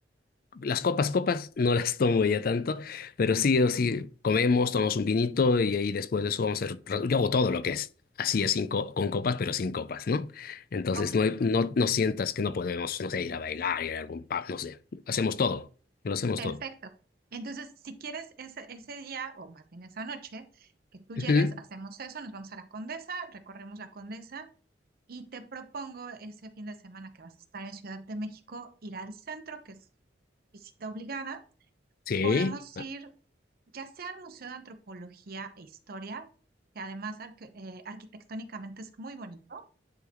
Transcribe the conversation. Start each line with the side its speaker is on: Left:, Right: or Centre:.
Left: Las copas, copas, no las tomo ya tanto, pero sí o sí comemos, tomamos un vinito y ahí después de eso vamos a hacer, yo hago todo lo que es, así es sin co- con copas, pero sin copas, ¿no? Entonces
Right: Ok,
Left: no, hay- no, no sientas que no podemos, no sé, ir a bailar, ir a algún pub, no sé, hacemos todo, lo hacemos
Right: Perfecto.
Left: todo.
Right: Entonces, si quieres ese, ese día, o más bien esa noche, que tú llegues,
Left: Ujú.
Right: hacemos eso, nos vamos a la Condesa, recorremos la Condesa y te propongo ese fin de semana que vas a estar en Ciudad de México, ir al centro, que es visita obligada.
Left: Sí,
Right: Podemos
Left: ah,
Right: ir ya sea al Museo de Antropología e Historia, que además arque- eh, arquitectónicamente es muy bonito,